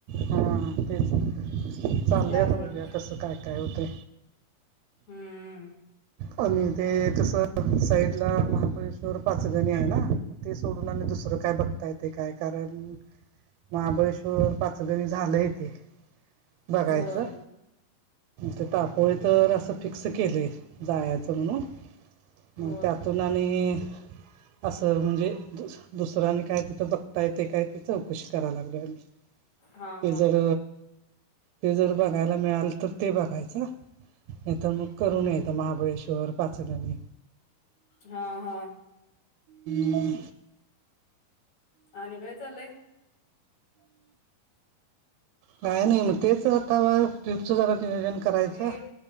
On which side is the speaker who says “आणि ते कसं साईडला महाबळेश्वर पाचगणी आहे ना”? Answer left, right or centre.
Right